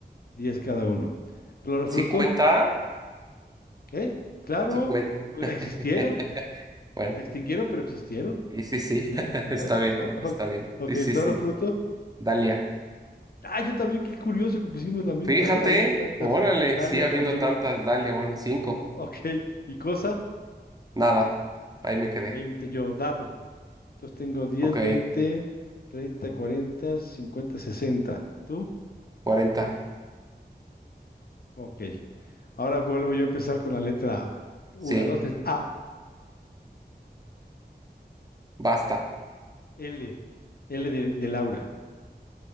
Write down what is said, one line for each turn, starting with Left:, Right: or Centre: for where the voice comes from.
Left: 10 cada uno. Flor o
Right: ¿sí
Left: fruto,
Right: cuenta?
Left: ¿eh? Claro,
Right: Sí cuenta.
Left: pues
Right: <laughs>
Left: existieron,
Right: Bueno,
Left: se extinguieron, pero existieron.
Right: y sí, sí,
Left: Y
Right: <laughs>
Left: es un animal,
Right: está bien,
Left: ¿no? <laughs>
Right: está bien.
Left: Ok,
Right: Sí, sí,
Left: flor
Right: sí.
Left: o fruto.
Right: Dalia,
Left: Ah, yo también, qué curioso que pusimos la misma,
Right: fíjate,
Left: ¿eh? Habiendo tantas.
Right: órale,
Left: Dalia
Right: sí, habiendo
Left: también.
Right: tantas,
Left: <laughs>
Right: Dalia, bueno, cinco,
Left: Ok, y cosa,
Right: Nada, ahí me quedé.
Left: 20 yo, dado. Entonces tengo diez
Right: Ok,
Left: veinte treinta cuarenta cincuenta sesenta ¿Tú?
Right: cuarenta,
Left: Ok. Ahora vuelvo yo a empezar con la letra A. una
Right: sí,
Left: dos tres A,
Right: basta.
Left: L, L de, de Laura.